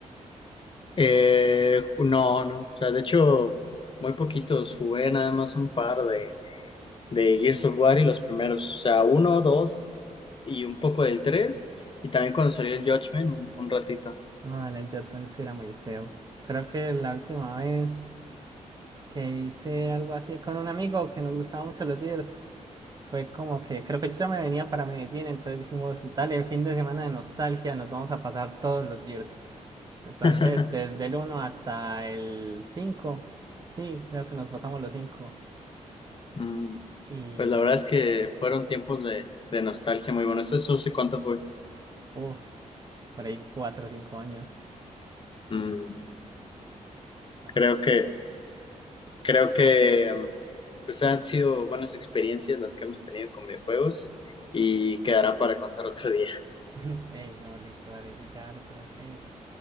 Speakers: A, on the left; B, on the right.
A: Eh, no, no. O sea, de hecho, muy poquitos. Jugué nada más un par de de Gears of War y los primeros, o sea, uno, dos y un poco del tres, y también cuando salió el Judgment, un, un ratito.
B: No, dale, el Judgment sí era muy feo. Creo que la última vez que hice algo así con un amigo que nos gustaba mucho los Gears, fue como que creo que yo ya me venía para Medellín, entonces dijimos, dale, fin de semana de nostalgia, nos vamos a pasar todos los Gears. Entonces,
A: <laughs>
B: desde el uno hasta el 5 sí, creo que nos pasamos los cinco
A: Mm,
B: Y,
A: Pues la verdad es que fueron tiempos de, de nostalgia muy buenos. Eso eso sí, ¿cuánto fue?
B: uff, por ahí 4 o 5 años.
A: Mm,
B: Ah.
A: Creo que, creo que mm, pues han sido buenas experiencias las que hemos tenido con videojuegos y quedará para contar otro día.
B: <laughs> Ey, no, listo, dale, si ya te tenés que ir.